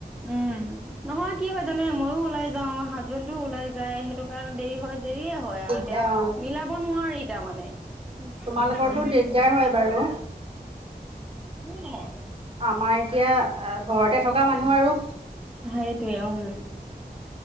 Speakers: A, in the centre; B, on the right.
A: উম নহয় কি হয় জানে ময়ো ওলাই যাও যাওৱা হাজবেণ্ডটোও ওলাই যায় সেইটো কাৰণে দেৰি হয় দেৰিয়ে হয়
B: দিগদাৰ
A: আৰু এ তেও
B: অ'।
A: মিলাব নোৱাৰি তাৰ মানে
B: তোমালোকৰতো
A: সেইখন
B: দিগদাৰ হয় বাৰু
A: কোন হয়
B: আমাৰ এতিয়া ঘৰতে থকা মানুহ আৰু
A: সেইটোৱে উ